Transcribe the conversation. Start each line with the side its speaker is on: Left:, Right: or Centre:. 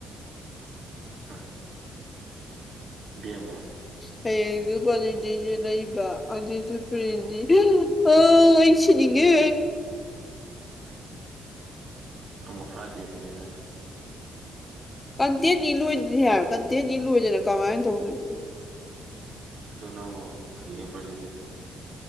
Right: ꯑ ꯑꯃ
Left: ꯍꯌꯦꯡꯖꯨ <inaudible> ꯑꯗꯤꯁꯨ ꯄꯔꯤꯗꯤ ꯍ ꯑꯩꯁꯤꯅꯤꯡꯉꯦ
Right: ꯑꯃꯃꯛ ꯐ꯭ꯔꯥꯏꯗꯤꯗꯅꯤꯗꯔꯅꯤ
Left: ꯀꯟꯇꯦꯟꯅꯤ ꯂꯣꯏꯗꯔꯤ ꯍꯥꯏ ꯀꯟꯇꯦꯟꯅꯤ ꯂꯣꯏꯗꯅ ꯀꯃꯥꯏꯅ ꯇꯧꯅꯣꯏꯅꯤ
Right: ꯑꯗꯣ ꯅꯎ ꯌꯦꯡ ꯄ꯭ꯔꯖꯟꯇꯦꯁꯟ